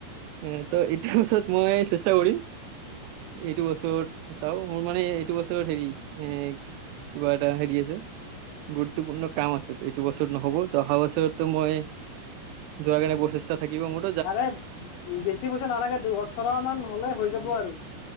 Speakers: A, on the right; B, on the left.
A: এ ত এইটো বছৰত মই চেষ্টা কৰিম এইটো বছৰত চাওঁ মোৰ মানে এইটো বছৰ হেৰি এ কিবা এটা হেৰি আছে গুৰুত্বপূৰ্ণ কাম আছে এইটো বছৰ। নহব ত অহা বছৰটোৰ মই যোৱা কাৰনে প্ৰচেষ্টা থাকিব মোৰ।
B: আৰে বেছি পইচা নালাগে দুই উঠৰ মান হ'লে হৈ যাব আৰু।